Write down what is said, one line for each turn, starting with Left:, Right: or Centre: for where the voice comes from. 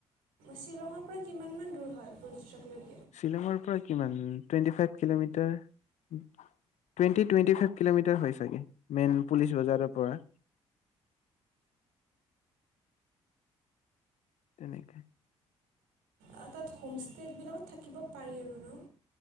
Right: শ্বিলঙৰ পৰা কিমানমান দূৰ হয় বুলষ্টকলৈ
Left: শ্বিলঙৰ পৰা কিমান twenty five kilometre twenty twenty five kilometre হয় চাগে মেইন পুলিচ বজাৰৰ পৰা তেনেকে
Right: আউ তাত হোমষ্টেবিলাকত থাকিব পাৰি আৰু ন